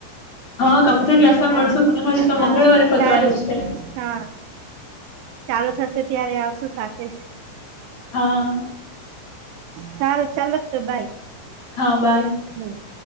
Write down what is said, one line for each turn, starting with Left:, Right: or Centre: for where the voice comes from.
Left: હા કમપ્યુટર ક્લાસ
Right: હા
Left: મળશું પણ માંરી તો
Right: હા
Left: મંગળવારે પતવાની
Right: સારું
Left: છે.
Right: હા ચાલુ થશે ત્યારે આવશુ સાથે જ.
Left: હા
Right: સારું ચાલ તો બાય
Left: હા બાય
Right: હમ. હમ <inaudible>